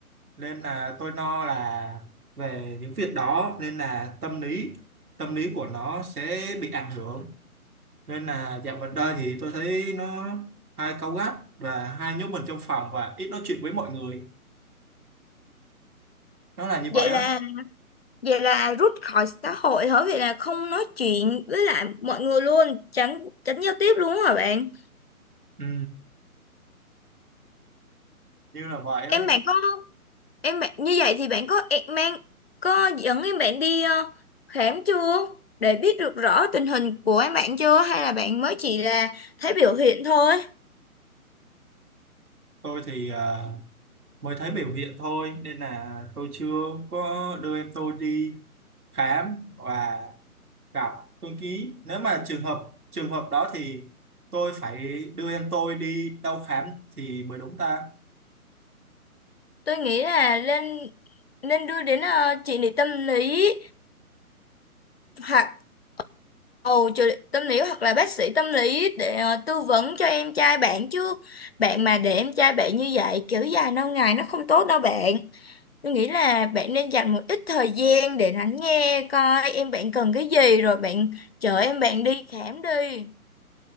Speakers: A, on the right; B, on the left.
A: nên là tôi no là về những việc đó nên là tâm lý tâm lý của nó sẽ bị ảnh hưởng nên là dạo gần đây thì tôi thấy nó hay cáu gắt và hay nhốt mình trong phòng và ít nói chuyện với mọi người nó là như
B: Vậy
A: vậy
B: là
A: á
B: Vậy là rút khỏi xã hội hả? Vậy là không nói chuyện với lại mọi người luôn, tránh tránh giao tiếp luôn hả bạn?
A: ừ. như là vậy
B: Em
A: á
B: bạn có em bạn như vậy thì bạn có em mang có dẫn em bạn đi ờ, khám chưa? Để biết được rõ tình hình của em bạn chưa hay là bạn mới chỉ là thấy biểu hiện thôi?
A: tôi thì à, mới thấy biểu hiện thôi nên là tôi chưa có đưa em tôi đi khám và gặp tôi ký nếu mà trường hợp trường hợp đó thì tôi phải đưa em tôi đi đâu khám thì mới đúng ta
B: Tôi nghĩ là nên nên đưa đến ờ, trị liệu tâm lý hoặc Ồ, trợ lý tâm lý hoặc là bác sĩ tâm lý để ờ, tư vấn cho em trai bạn chứ bạn mà để em trai bạn như vậy kiểu dài lâu ngày nó không tốt đâu bạn tôi nghĩ là bạn nên dành một ít thời gian để lắng nghe coi em bạn cần cái gì rồi bạn chở em bạn đi khám đi